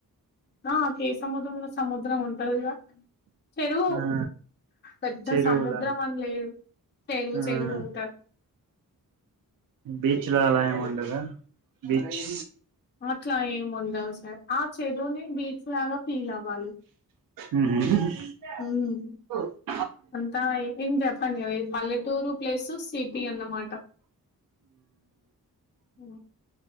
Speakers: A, on the left; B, on the right.
A: ఆ కే సముద్రంలో సముద్రం ఉంటదిగా. ! చెరువు.
B: ఆ
A: పెద్ద
B: చెరువులా
A: సముద్రం అన్ లేదు చెరువు,
B: ఆ
A: చెరువె ఉంటా.
B: బీచ్ లా అల ఏం ఉండదా.? బీచ్.
A: అట్లా ఏం ఉండవ్ సార్,. ఆ చెరువుని బీచ్ లాగా ఫీల్ అవ్వాలి.
B: ఊహ్మ్.
A: హ్మ్. అంతా ఏం జెప్పనీయలె పల్లెటూరు ప్లేస్. టూ సిటీ అన్నమాట ఊ.